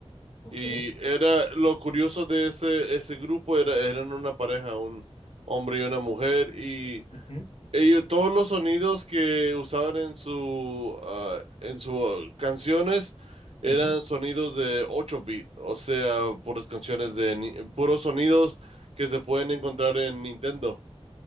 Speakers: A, on the left; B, on the right.
A: Ok.
B: Y era lo curioso de ese, ese grupo era, eran una pareja, un hombre y una mujer, y
A: Ujú,
B: ellos, todos los sonidos que usaban en su, ah, en sus canciones eran
A: ujú.
B: sonidos de 8 bits, o sea, puras canciones de ni- puros sonidos que se pueden encontrar en Nintendo.